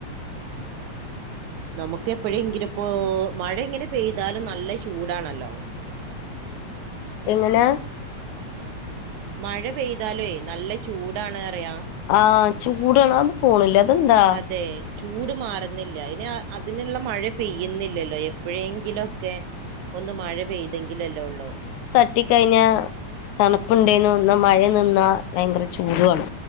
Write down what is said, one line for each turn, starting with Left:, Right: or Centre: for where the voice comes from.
Right: നമുക്ക് എപ്പോഴെങ്കിലും ഇപ്പൊ മഴ ഇങ്ങനെ പെയ്താലും നല്ല ചൂടാണല്ലോ
Left: എങ്ങനെ
Right: മഴ പെയ്താലു നല്ല ചൂടണ് പറയാ
Left: ആഹ് ചൂടണ പോണില്ല അതെന്താ?
Right: അതെ ചൂട് മാറുന്നില്ല അയിന് അതിനുള്ള മഴ പെയ്യുന്നില്ലല്ലോ എപ്പഴെങ്കിലൊക്കെ ഒന്ന് മഴ പെയ്തെങ്കിലല്ലോള്ളൂ
Left: കട്ടിക്കഴിഞ്ഞ തണുപ്പുണ്ടെന്ന് ഒന്ന് മഴ നിന്നാ ഭയങ്കര ചൂടുാണ്